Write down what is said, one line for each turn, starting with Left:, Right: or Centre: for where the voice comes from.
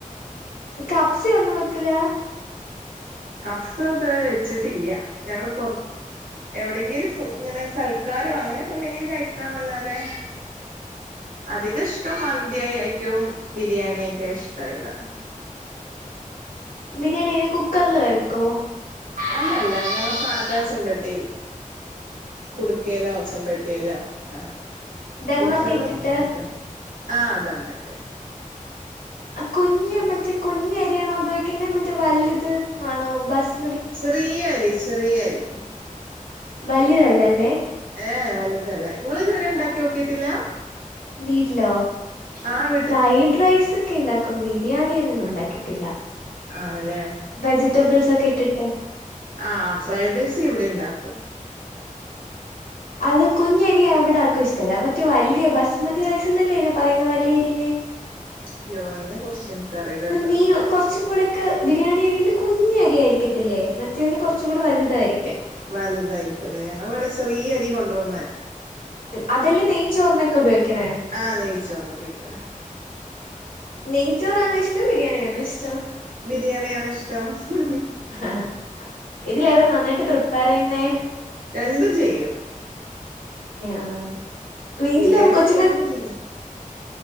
Left: കബ്‌സ ഒന്നും വെക്കൂല
Right: കപ്സ ഇത് വരെ വെച്ചിട്ടില്ല ഞങ്ങള് പുറ എവിടെയെങ്കിലും ഇങ്ങനെ സൽക്കാരോ അങ്ങനെയൊക്കെ ഉണ്ടെങ്കിൽ കഴിക്കാന്നല്ലാതെ അധികം ഇഷ്ടം മന്തി ആയിട്ടും ബിരിയാണി ആയിട്ടും ഇഷ്ടവീടെ
Left: ബിരിയാണി എങ്ങനെ കുക്കറില് വെവിക്കോ
Right: അല്ലല്ല ഞങ്ങള് സാദാ ചമ്പെട്ടിൽ കുടുക്കയിലോ ചെമ്പട്ടിയിലോ അങ്ങനെ
Left: ദമ്മൊക്കെ
Right: കുക്കറില്
Left: ഇട്ടിട്ട്
Right: വെക്കില്ല ആഹ് തമ്മട്ട്
Left: കുഞ്ഞ് മറ്റേ കുഞ്ഞ അരിയാണോ ഉപയോഗിക്കുന്നത് മറ്റേ വലുത് ആണോ ബസ്
Right: ചെറിയ അരി ചെറിയ അരി
Left: വലുതല്ല അല്ലേ
Right: ഏഹ വലുതല്ല നിങ്ങള് ഇതുവരെ ഉണ്ടാക്കി നോക്കിട്ടില്ല
Left: വീട്ടിലോ
Right: ആഹ
Left: ഫ്രൈഡ് റൈസ് ഒക്കെ ഉണ്ടാക്കും ബിരിയാണി അങ്ങനെ ഉണ്ടാക്കിയിട്ടില്ല
Right: ആണല്ലേ
Left: വെജിറ്റബിൾസ് ഒക്കെ ഇട്ടിട്ട്
Right: ആ ഫ്രൈഡ് റൈസ് ഇവിടെ ഉണ്ടാക്കും
Left: അത് കുഞ്ഞരി ഇവിടെ ആർക്കും ഇഷ്ടമല്ല മറ്റേ വല്യ ബസ്മതി റൈസ് അല്ലേ ഇതിനെ പറയുന്ന വലിയ അരിനെ <inaudible>
Right: അയ്യോ അയിനെ കുറിച്ച് എനിക്ക് അറിയില്ല
Left: തീനു കുറച്ചും കൂടെയൊക്കെ ബിരിയാണി അരിയിൽ കുഞ്ഞ അരിയയിരിക്കതില്ലേ മറ്റേതി കുറച് കൂടി വലുതായിരിക്കും
Right: വാലുതായിരിക്കുംല്ലേ ഞങ്ങൾ ഇവിടെ ചെറിയ അരി കൊണ്ടന്നേ
Left: അതല്ലാം നെയ്ച്ചോറിനൊക്കെ ഉപയോഗിക്കണേ
Right: ആഹ് നെയ്ച്ചോറിന് ഉപയോഗിക്ണ
Left: നെയ്ച്ചോറാണോ ഇഷ്ടം ബിരിയാണിയാണോ ഇഷ്ടം
Right: ബിരിയാണിയാണ് ഇഷ്ടം ഹ്ഹ്
Left: ആ ഇതിലെതാ നന്നായിട്ട് പ്രിപ്പയർ ചെയ്യുന്നേ
Right: രണ്ടും ചെയ്യും
Left: ആ വീട്ടില്
Right: ബിരിയാണി
Left: കൊച്ചിങ്ങക്ക്
Right: ചെയ്യന്ന് വെച്ചിട്ട